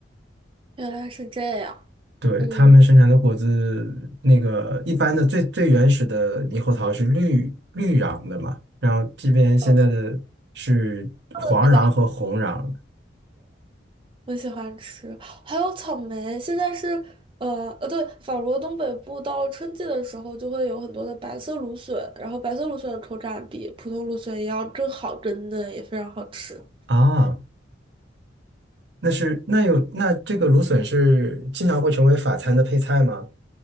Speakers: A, on the right; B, on the right.
A: 原来是这样，
B: 对，
A: 嗯，
B: 他们生产的果子，那个一般的最最原始的猕猴桃是绿绿瓤的嘛，然后这边现在的是黄瓤和红瓤
A: 呃，做的比较好，我喜欢吃，还有草莓。现在是，呃呃，对，法国东北部到了春季的时候，就会有很多的白色芦笋，然后白色芦笋的口感比普通芦笋也要更好，更嫩，也非常好吃。
B: 啊。那是那有那这个芦笋是经常会成为法餐的配菜吗？